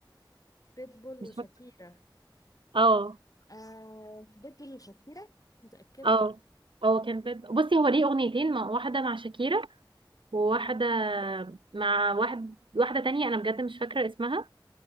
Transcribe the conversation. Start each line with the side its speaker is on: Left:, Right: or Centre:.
Left: بيتبول
Right: مش
Left: وشاكيرا
Right: فاكره اه
Left: آه بيتبول وشاكيرا متأكدة
Right: اه اه كان بيت... بصي هو ليه اغنيتين مع واحده مع شاكيرا وواحده مع واحد واحده تانية انا بجد مش فاكره اسمها